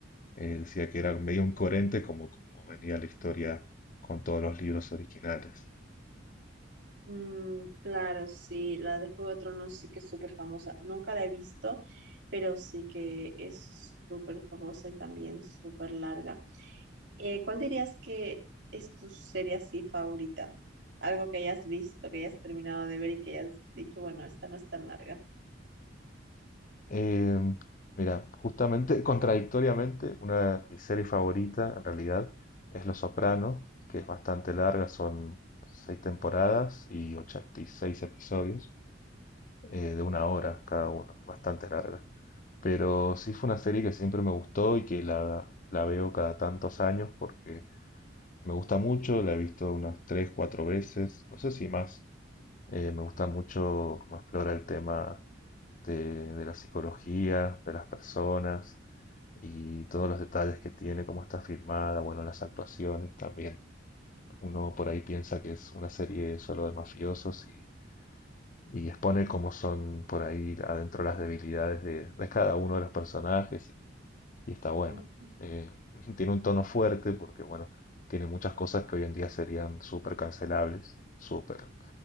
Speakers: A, on the left (about 45°); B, on the right (about 65°).
A: eh, decía que era medio incoherente como, como venía la historia con todos los libros originales.
B: Mm, claro, sí, la de Juego de Tronos sí que es súper famosa. Nunca la he visto, pero sí que es súper famosa y también súper larga. Eh, ¿cuál dirías que es tu serie así favorita? Algo que hayas visto, que hayas terminado de ver y que hayas dicho, bueno, esta no es tan larga.
A: Eh, mira, justamente, contradictoriamente, una de mis series favoritas en realidad es Los Soprano, que es bastante larga, son seis temporadas y 86 episodios eh, de una hora cada uno, bastante larga. Pero sí fue una serie que siempre me gustó y que la, la veo cada tantos años porque me gusta mucho, la he visto unas 3 4 veces, no sé si más. Eh, me gusta mucho cómo explora el tema de, de la psicología, de las personas y todos los detalles que tiene, cómo está filmada, bueno, las actuaciones también. Uno por ahí piensa que es una serie solo de mafiosos y, y expone cómo son por ahí adentro las debilidades de, de cada uno de los personajes y, y está bueno.
B: Ujú.
A: Eh, <laughs> tiene un tono fuerte porque, bueno, tiene muchas cosas que hoy en día serían súper cancelables, súper